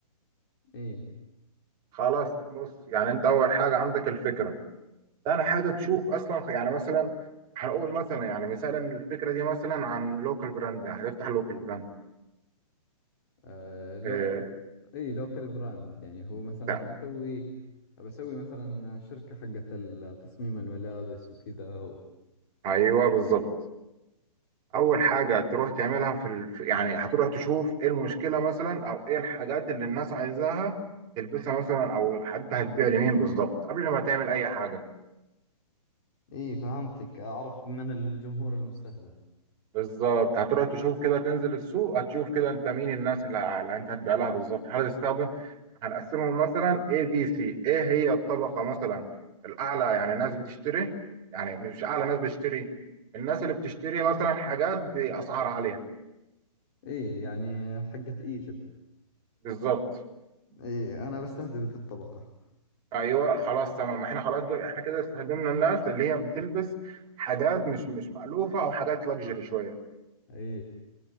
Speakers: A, on the left; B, on the right.
A: أي
B: خلاص بص يعني أنت أول حاجة عندك الفكرة انا حاجه تشوف اصلا يعني مثلا هنقول مثلا يعني مثلا الفكره دي مثلا عن لوكال براند هتفتح لوكال براند
A: آه لوك
B: آه
A: أي لوكال براند يعني هو مثلا
B: بتاع.
A: أبي أسوي أبي أسوي مثلا شركة حقت تصميم الملابس وكذا
B: ايوه بالظبط اول حاجه تروح تعملها في الف... يعني هتروح تشوف ايه المشكله مثلا او ايه الحاجات اللي الناس عايزاها تلبسها مثلا او حتى هتبيع لمين بالظبط قبل ما تعمل اي حاجه
A: اي فهمتك اعرف من الجمهور المستهدف
B: بالظبط هتروح تشوف كده تنزل السوق هتشوف كده انت مين الناس اللي, اللي انت هتبيع لها بالظبط هتستخدم هنقسمهم مثلا A B C ايه هي الطبقة مثلا الأعلى يعني ناس بتشتري يعني مش أعلى ناس بتشتري الناس اللي بتشتري مثلا حاجات بأسعار عالية
A: اي يعني حقت ايجيبت
B: بالظبط
A: اي انا بستهدف ذي الطبقة
B: أيوه خلاص تمام احنا خلاص دول احنا كده استخدمنا الناس اللي هي بتلبس حاجات مش مش مألوفة أو حاجات لاكجري شوية
A: اي